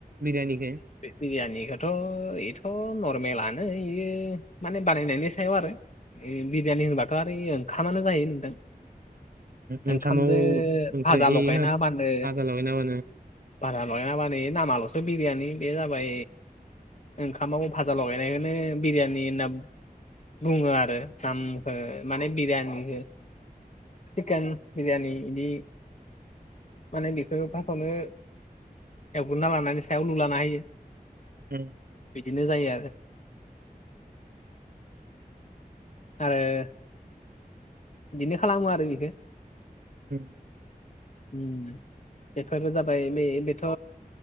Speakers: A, on the right; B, on the left.
A: बिरियानिखौ?
B: बे बिरियानिखोथ' बेथ' नरमेलानो। इयो माने बानायनायनि सायाव आरो। ए बिरियानि होनबाथ' आरो ओंखामानो जायो नोंथां।
A: ओंखामाव
B: ओंखामजों
A: ओमफ्राय
B: भाजा
A: ए
B: लगायना
A: होद
B: होबानो
A: भाजा लगायना मानो?
B: बारा लय नाबा न नामाल'सो बिरयानि बे जाबाय ओंखामाव भाजा लगायनायखौनो बिरियानि होनना बुङो आरो दामखौ माने बिरियानिखौ चिकेन बिरियानि इदि माने बेखौ फासावनो एवग्रोना लानानै सायाव लुलाना होयो।
A: उम।
B: बिदिनो जायो आरो। आरो बिदिनो खालामो आरो बेखौ।
A: <unintelligible>
B: उम बेफोरबो जाबाय बे बेथ'